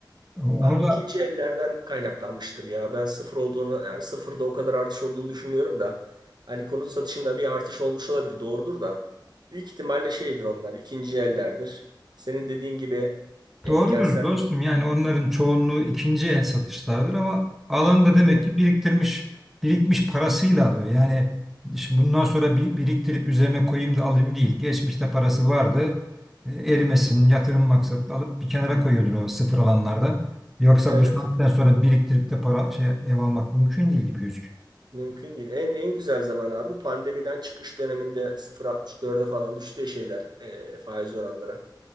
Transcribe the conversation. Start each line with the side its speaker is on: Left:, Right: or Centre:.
Centre: E, Onu
Right: Abi ikinci
Centre: da
Right: ellerden kaynaklanmıştır ya. Ben sıfır olduğunu yani sıfırda o kadar artış olduğunu düşünmüyorum da. Hani konut satışında bir artış olmuş olabilir. Doğrudur da. Büyük ihtimalle şeydir onlar. ikinci ellerdir. Senin dediğin gibi e,
Centre: Doğrudur
Right: kentsel
Centre: dostum. Yani onların çoğunluğu ikinci el satışlardır ama alan da demek
Right: evet,
Centre: ki biriktirmiş, birikmiş parasıyla alıyor. Yani şimdi bundan sonra bir, biriktirip üzerine koyayım da alayım değil. Geçmişte parası vardı. E, Erimesin, yatırım maksatlı alıp bir kenara koyuyordur o sıfır alanlarda. Yoksa
Right: evet.
Centre: bu saatten sonra biriktirip de para şey ev almak mümkün değil gibi gözüküyor.
Right: Mümkün değil. En en güzel zaman abi pandemiden çıkış döneminde sıfır virgül altmış dörde falan düştüğü şeyler e, faiz oranları.